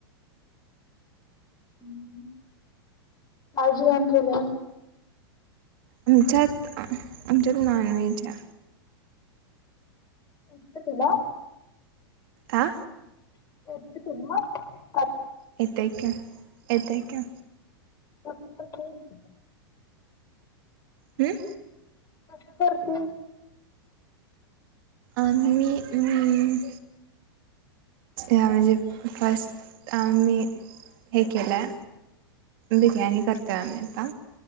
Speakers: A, on the left; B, on the right.
A: <unintelligible> प्लॅन केल
B: आमच्यात आमच्यात नॉनव्हेजा
A: <unintelligible> तुला
B: आ
A: <unintelligible>
B: येतय की, येेतय की.
A: <unintelligible>
B: ह
A: कसं करती?
B: आम्ही अंम हा म्हणजे फस्ट आम्ही हे केलंय, बिर्याणी करतोय आम्ही आता,